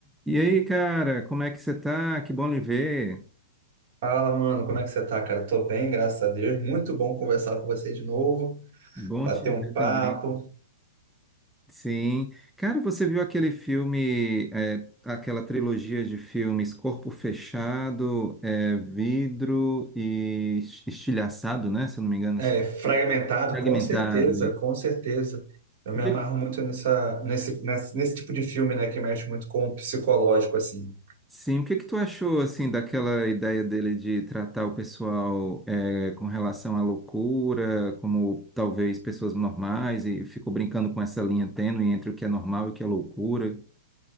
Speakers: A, in the centre; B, on the right.
A: E aí, cara, como é que você tá? Que bom lhe ver.
B: Fala, mano, como é que você tá, cara? Tô bem, graças a Deus. Muito bom conversar com você de novo,
A: Bom
B: bater
A: te
B: um
A: ver
B: papo.
A: também. Sim. Cara, você viu aquele filme, é, aquela trilogia de filmes Corpo Fechado, é, Vidro e Estilhaçado, né? Se eu não me engano,
B: É,
A: assim.
B: fragmentado,
A: Fragmentado.
B: com certeza, com certeza. Eu me
A: O que
B: amarro muito nessa, nesse, nesse, nesse tipo de filme, né, que mexe muito com o psicológico, assim.
A: Sim, o que que tu achou assim daquela ideia dele de tratar o pessoal é, com relação à loucura, como talvez pessoas normais, e ficou brincando com essa linha tênue entre o que é normal e o que é loucura?